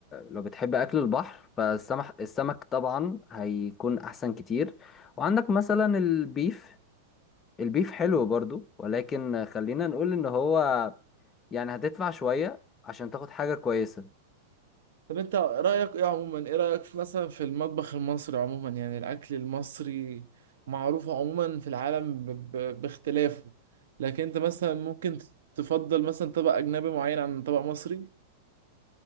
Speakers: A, on the left (about 20°); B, on the right (about 80°).
A: لو بتحب اكل البحر فالسمك السمك طبعا هيكون احسن كتير وعندك مثلا البيف البيف حلو برضو ولكن خلينا نقول ان هو يعني هتدفع شوية عشان تاخد حاجة كويسة
B: طب انت رأيك ايه عموما ايه رأيك في مثلا في المطبخ المصري عموما يعني الأكل المصري معروف عموما في العالم ب... ب... باختلافه لكن انت مثلا ممكن تفضل مثلا طبق أجنبي معين عن طبق مصري